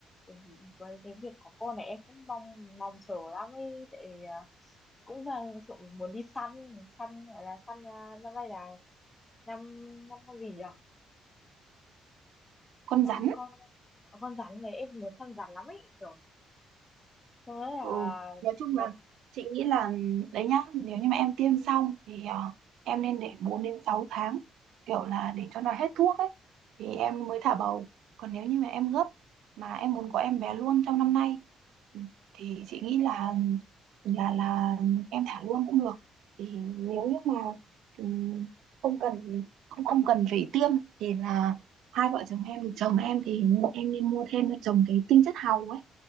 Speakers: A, on the left (about 20°); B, on the right (about 80°).
A: Tại vì với cái việc có con này em cũng mong mong chờ lắm ấy tại à, cũng vào trộm muốn đi săn săn là săn à, năm nay là năm năm con gì nhỉ
B: con
A: năm
B: rắn
A: con con rắn này em muốn săn rắn lắm ấy kiểu thôi là
B: Ừ, nói chung
A: là
B: là chị nghĩ là đấy nhá, nếu như mà em tiêm xong thì ờ, em nên để bốn đến sáu tháng kiểu là để cho nó hết thuốc ấy thì em mới thả bầu. Còn nếu như mà em gấp mà em muốn có em bé luôn trong năm nay ừ, thì chị nghĩ là là là em thả luôn cũng được. Thì nếu như mà ừ, không cần không không cần phải tiêm thì là hai vợ chồng em thì chồng em thì em nên mua thêm cho chồng cái tinh chất hàu ấy